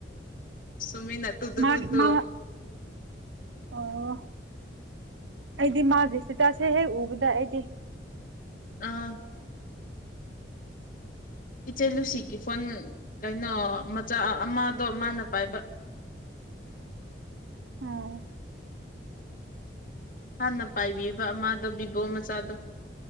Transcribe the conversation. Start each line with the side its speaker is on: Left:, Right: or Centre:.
Left: ꯇꯃꯤ ꯅꯅꯥ ꯇꯨ ꯇ
Right: ꯃꯥꯒꯤ
Left: ꯇꯨ ꯇ
Right: ꯃꯥ ꯑꯣ ꯑꯩꯗꯤ ꯃꯥꯁꯦ ꯏꯁꯇꯤꯇꯥꯁꯦ ꯍꯦꯛ ꯎꯕꯗ ꯑꯩꯗꯤ
Left: ꯑꯥ ꯏꯆꯦ ꯂꯨꯁꯤꯒꯤ ꯐꯣꯟ ꯀꯩꯅꯣ ꯃꯆꯥ ꯑꯃꯗꯣ ꯃꯥꯅ ꯄꯥꯏꯕ
Right: ꯑꯣ
Left: ꯍꯥꯟꯅ ꯄꯥꯏꯕꯤꯕ ꯃꯥꯗꯕꯤꯕꯣ ꯃꯆꯥꯗ